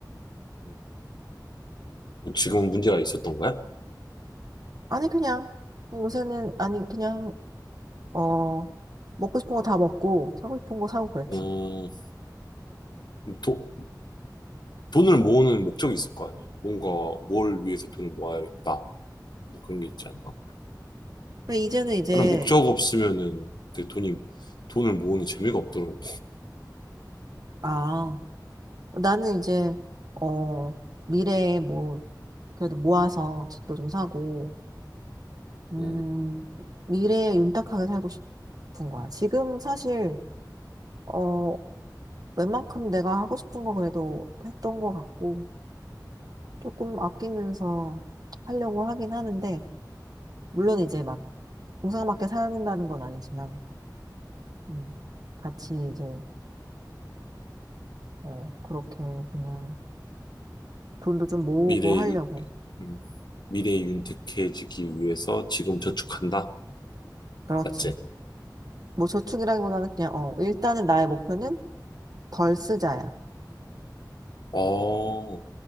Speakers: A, on the left; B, on the right.
A: 음. 뭐 지금 문제가 있었던 거야?
B: 아니 그냥 요새는 아니 그냥 어 먹고 싶은 거 다 먹고 사고 싶은 거 사고 그랬지.
A: 음, 도, 돈을 모으는 목적이 있을 거 아니야? 뭔가 뭘 위해서 돈을 모아야겠다. 뭐 그런 게 있지 않나?
B: 근데 이제는 이제
A: 나는 목적 없으면은 그 돈이, 돈을 모으는 재미가 없더라고.
B: 아 나는 이제 어 미래에 뭐 그래도 모아서 집도 좀 사고 음
A: 음,
B: 미래에 윤택하게 살고 싶은 거야. 지금 사실 어, 웬만큼 내가 하고 싶은 거 그래도 했던 것 같고, 조금 아끼면서 하려고 하긴 하는데, 물론 이제 막, 동상밖에 사는다는 건 아니지만, 음, 같이 이제, 어, 그렇게 그냥 돈도 좀 모으고
A: 미래,
B: 하려고.
A: 유, 음, 미래 윤택해지기 위해서 지금 저축한다?
B: 그렇지.
A: 맞지?
B: 뭐 저축이라기보다는 그냥, 어, 일단은 나의 목표는 덜 쓰자야.
A: 어,